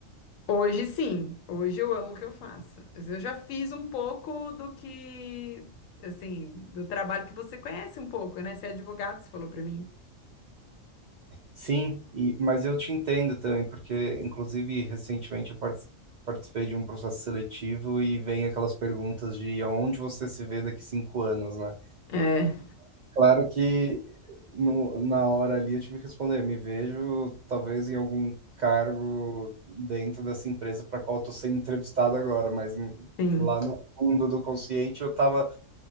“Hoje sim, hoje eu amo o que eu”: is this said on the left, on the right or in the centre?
Left